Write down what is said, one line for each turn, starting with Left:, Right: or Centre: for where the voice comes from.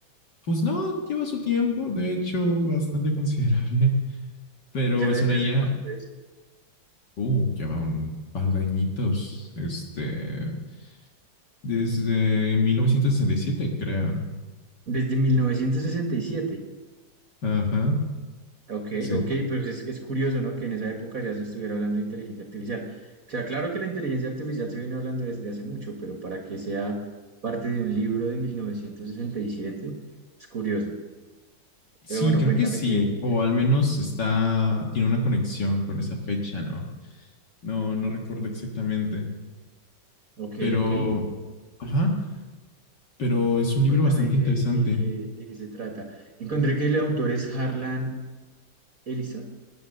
Left: Pues no, lleva su tiempo, de hecho, bastante considerable, <laughs> pero
Right: O sea,
Left: es
Right: ¿desde
Left: una IA,
Right: hace cuánto es?
Left: uh, lleva un par de añitos, este, desde 1967 creo.
Right: Desde 1967.
Left: Ajá,
Right: Ok,
Left: sí.
Right: ok, pero es, es curioso, ¿no? Que en esa época ya se estuviera hablando de inteligencia artificial. O sea, claro que la inteligencia artificial se viene hablando desde hace mucho, pero para que sea parte de un libro de 1967 es curioso.
Left: Sí,
Right: Pero bueno,
Left: creo
Right: cuéntame
Left: que sí,
Right: que,
Left: o
Right: eh,
Left: al menos está, tiene una conexión con esa fecha, ¿no? No, no recuerdo exactamente,
Right: ok,
Left: pero,
Right: ok,
Left: ajá, pero es un libro
Right: cuéntame
Left: bastante
Right: que,
Left: interesante.
Right: de qué de qué se trata. Encontré que el autor es Harlan Ellison.